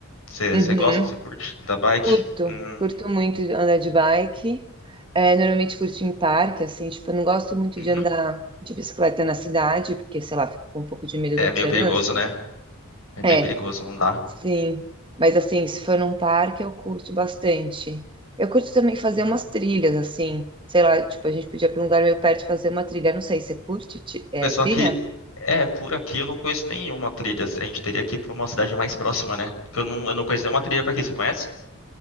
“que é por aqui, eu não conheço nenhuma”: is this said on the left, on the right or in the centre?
Left